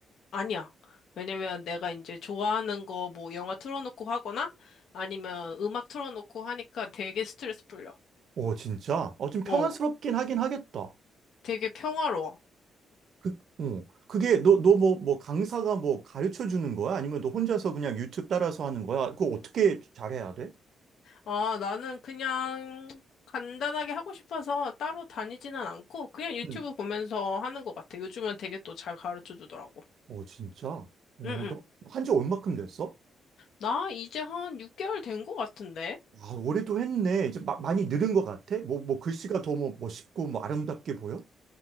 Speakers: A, on the left (about 65°); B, on the right (about 55°).
A: 아니야. 왜냐면 내가 이제 좋아하는 거 뭐 영화 틀어놓고 하거나 아니면 음악 틀어놓고 하니까 되게 스트레스 풀려.
B: 어, 진짜? 어, 좀 평안스럽긴
A: 어,
B: 하긴 하겠다.
A: 되게 평화로워.
B: 그, 어. 그게 너, 너 뭐, 뭐 강사가 뭐 가르쳐 주는 거야? 아니면 너 혼자서 그냥 유튜브 따라서 하는 거야? 그거 어떻게 잘해야 돼?
A: 아, 나는 그냥 간단하게 하고 싶어서 따로 다니지는 않고 그냥 유튜브
B: 음.
A: 보면서 하는 것 같아. 요즘은 되게 또 잘 가르쳐 주더라고.
B: 어, 진짜? 어,
A: 응,
B: 너
A: 응.
B: 한지 얼마큼 됐어?
A: 나 이제 한 6개월 된 것 같은데?
B: 아, 올해도 했네. 이제 마- 많이 늘은 것 같아? 뭐, 뭐, 글씨가 더 뭐, 멋있고, 뭐, 아름답게 보여?